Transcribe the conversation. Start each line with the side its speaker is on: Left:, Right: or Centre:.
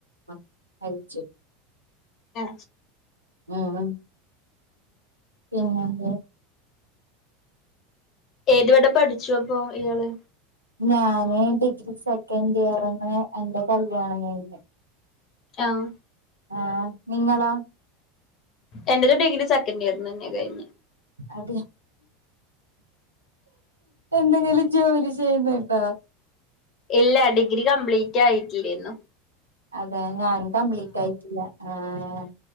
Right: ആ മരിച്ചു
Left: ആ
Right: ഉം പിന്നെന്താ
Left: ഏത് വരെ പഠിച്ചു അപ്പൊ ഇയാള്
Right: ഞാന് ഡിഗ്രി സെക്കൻഡ് ഇയർന്ന് എന്റെ കല്യാണം കയ്ഞ്
Left: ആഹ്
Right: ആ നിങ്ങളൊ
Left: എന്റെ ഒരു ഡിഗ്രി സെക്കൻഡ് ഇയർന്ന് തന്നെയാ കഴിഞെ
Right: അതെ എന്തെങ്കിലും ജോലി ചെയ്യുന്ന് ണ്ടോ
Left: ഇല്ല ഡിഗ്രി കംപ്ലീറ്റ് ആയിട്ടില്ലേരുന്നു
Right: അതെ ഞാനും കംപ്ലീറ്റ് ആയിട്ടില്ല ആഹ്